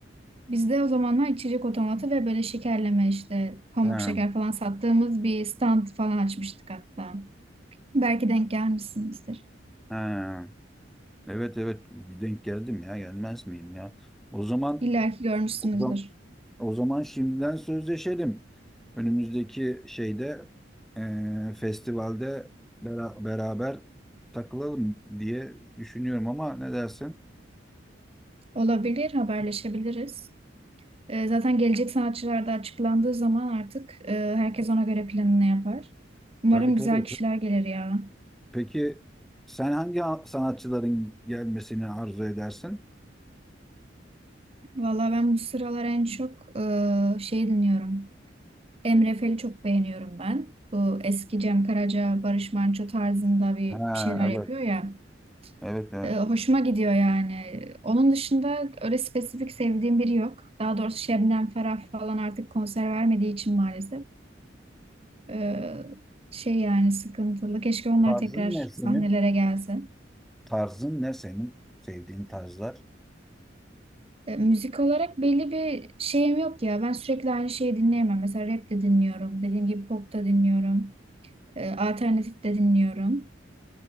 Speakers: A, on the right (about 30°); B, in the centre.
A: Biz de o zamanlar içecek otomatı ve böyle şekerleme işte pamuk
B: Ha,
A: şeker falan sattığımız bir stand falan açmıştık hatta. Belki denk gelmişsinizdir.
B: ha. Evet evet denk geldim ya gelmez miyim ya? O zaman
A: İlla ki görmüşsünüzdür.
B: o zaman, o zaman şimdiden sözleşelim. Önümüzdeki şeyde e, festivalde bera- beraber takılalım diye düşünüyorum ama ne dersin?
A: Olabilir, haberleşebiliriz. Ee, zaten gelecek sanatçılar da açıklandığı zaman artık e, herkes ona göre planını yapar. Umarım
B: Tabii tabii.
A: güzel kişiler gelir ya.
B: Peki sen hangi a- sanatçıların gelmesini arzu edersin?
A: Valla ben bu sıralar en çok e, şey dinliyorum. Emre Fel'i çok beğeniyorum ben. Bu eski Cem Karaca, Barış Manço tarzında bir
B: Ha
A: şeyler
B: evet.
A: yapıyor ya.
B: Evet evet.
A: E, hoşuma gidiyor yani. Onun dışında öyle spesifik sevdiğim biri yok. Daha doğrusu Şebnem Ferah falan artık konser vermediği için maalesef. Ee, şey yani sıkıntılı. Keşke onlar
B: Tarzın
A: tekrar
B: ne senin?
A: sahnelere gelse.
B: Tarzın ne senin? Sevdiğin tarzlar?
A: E, müzik olarak belli bir şeyim yok ya. Ben sürekli aynı şeyi dinleyemem. Mesela rap de dinliyorum. Dediğim gibi pop da dinliyorum. E, alternatif de dinliyorum.